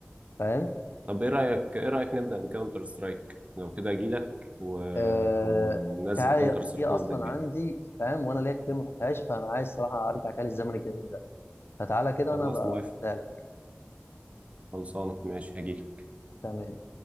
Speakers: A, on the left; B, on the right.
A: فاهم
B: طب ايه رايك ايه رايك نبدا بكاونتر سترايك لو كده اجي لك و...
A: آه
B: و... وننزل
A: تعالى
B: كاونتر سترايك
A: هي اصلا
B: ونبدا بيها
A: عندي فاهم وانا ليا كتير ما فتحتهاش فانا عايز الصراحه ارجع كده للزمن الجميل ده فتعالى كده
B: خلاص
A: وانا ابقى
B: موافق
A: اديها لك
B: خلصانه ماشي هجيلك
A: تمام